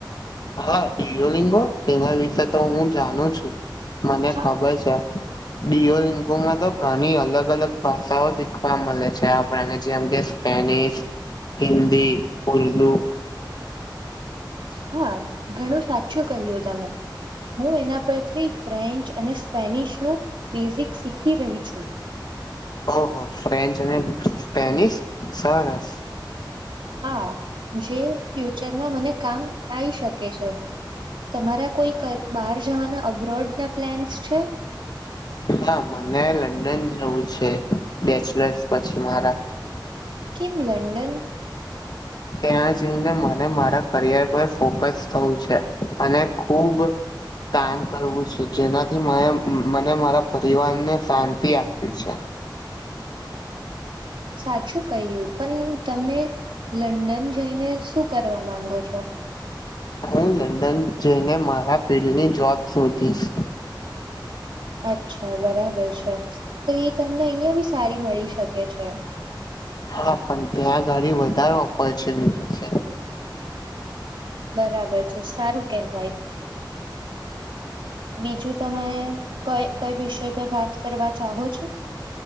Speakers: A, on the left; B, on the right.
A: હા ડિયો લિંગો તેના વિશે તો હું જાણું છું. મને
B: હા
A: ખબર છે. ડિયોલિંગોમાં તો ઘણી અલગ-અલગ ભાષાઓ શીખવા મળે છે આપણને જેમ કે સ્પેનિશ, હિન્દી, ઉર્દુ
B: હા ઘણું સાચું કહ્યું તમે. હું એના પરથી ફ્રેન્ચ અને સ્પેનિશનું બેઝિક શીખી રહી છું. <inaudible>
A: ઓહ ફ્રેન્ચ અને સ્પેનિશ સરસ.
B: હા જે ફ્યુચરમાં મને કામ આઈ શકે છે. તમારા કોઈ કર બહાર જવાના અબ્રોડના પ્લેન્સ છે.
A: હા મને લંડન જવું છે બેચલર્સ પછી મારા
B: કેમ લંડન?
A: ત્યાં જઈને મને મારા કરિયર પર ફોકસ થવું છે અને ખુબ કામ કરવું છે જેનાથી મને મને મારા પરિવારને શાંતિ આપીવી છે.
B: <inaudible> સાચ શું કહ્યું પણ તમને લંડન જઈને શું કરવા માંગો છો?
A: હું લંડન જઈને મારા ફિલ્ડની જોબ શોધીશ.
B: અચ્છા બરાબર છે. તો એ તમને અહિયાં બી સારી મળી શકે છે.
A: હા પણ ત્યાં અગાડી વધારે ઓપોર્ચુનિટી છે.
B: બરાબર છે સારું કેહેવાય. <inaudible> બીજું તમે કઈ કઈ વિષય પર વાત કરવા ચાહો છો.